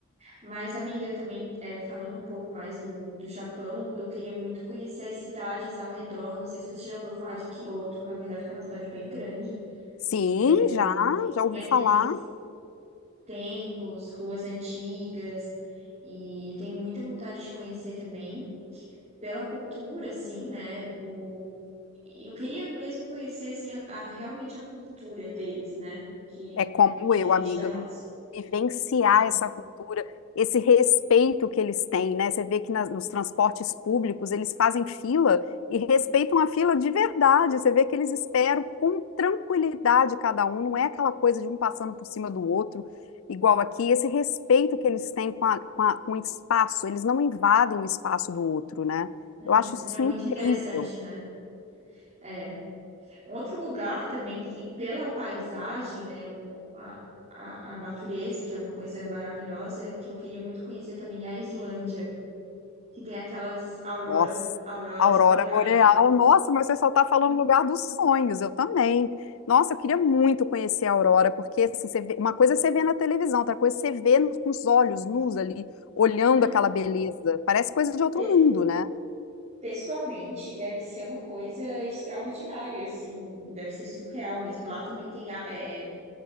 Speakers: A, on the right; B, on the left.
A: Mas, amiga, eu também, é, falando um pouco mais do, do Japão, eu queria muito conhecer as cidades ao redor. Não sei se você já ouviu falar de Kyoto, na verdade, que é uma cidade bem grande.
B: Sim,
A: É,
B: já, já
A: tem
B: ouvi
A: aqueles
B: falar.
A: templos, ruas antigas, e eu tenho muita vontade de conhecer também pela cultura, assim, né? e Por... e Eu queria mesmo conhecer, assim, a, a- realmente a cultura deles, né? Que
B: É como
A: é bem diferente
B: eu, amiga,
A: da nossa.
B: vi- vivenciar
A: Hum,
B: essa cultura, esse respeito que eles têm, né? Você vê que nas- nos transportes públicos eles fazem fila e respeitam a fila de verdade. Você vê que eles esperam com tranquilidade cada um, não é aquela coisa de um passando por cima do outro, igual aqui. Esse respeito que eles têm com a- com a- com o espaço, eles não invadem o espaço do outro, né?
A: uhum,
B: Eu acho isso
A: É muito
B: incrível.
A: interessante, né? É. Outro lugar também que, pela paisagem, né? o- A, a, a natureza, que é uma coisa maravilhosa, que eu queria muito conhecer também, é a Islândia, que tem aquelas aurora,
B: Nossa,
A: auroras
B: Aurora
A: boreais,
B: Boreal.
A: né?
B: Nossa, mas você só está falando no lugar dos sonhos, eu também. Nossa, eu queria muito conhecer a Aurora, porque assim, você vê- uma coisa é você vê na televisão, outra coisa é você vê no- com os olhos nus ali, olhando
A: Não,
B: aquela beleza. Parece coisa de outro
A: pe-
B: mundo, né?
A: pessoalmente deve ser uma coisa extraordinária, assim, deve ser surreal mesmo. Lá também tem, a- é,